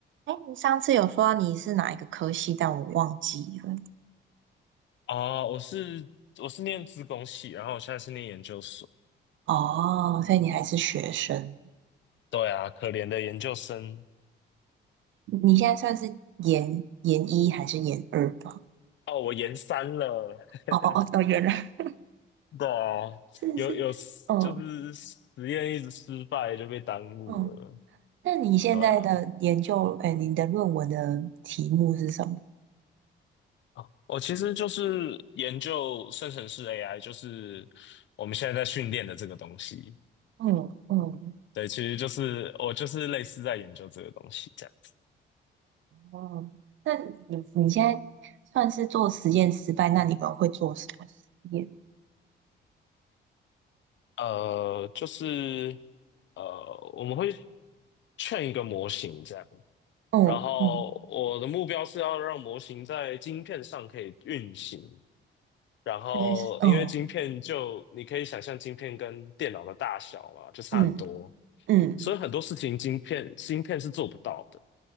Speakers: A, on the right; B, on the left.
A: 哎，你上次有说你是哪一个科系，但我忘记了。
B: 哦，我是我是念资工系，然后我现在是念研究所。
A: 哦，所以你还是学生，
B: 对啊，可怜的研究生。
A: 你现在算是研研一还是研二吧？
B: 哦，我研三了。<laughs>
A: 哦哦哦，哦，研二，
B: 对啊，
A: <laughs> 是是，
B: 有有就是实验一直失败就被耽误了。
A: 嗯嗯。那你现在的研究，
B: 对啊，
A: 哎，你的论文的题目是什么？
B: 啊我其实就是研究生成式 AI，就是我们现在在训练的这个东西。
A: 嗯嗯，
B: 对，其实就是我就是类似在研究这个东西这样子。
A: 哦，那你你现在算是做实验失败，那你们会做什么实验？
B: 呃，就是呃，我们会劝一个模型这样。
A: 嗯嗯，
B: 然后我的目标是要让模型在晶片上可以运行，然后因为晶片就你可以想象晶片跟电脑的大小嘛，
A: 所以是哦
B: 就差很多，
A: 嗯嗯
B: 所以很多事情晶片芯片是做不到的。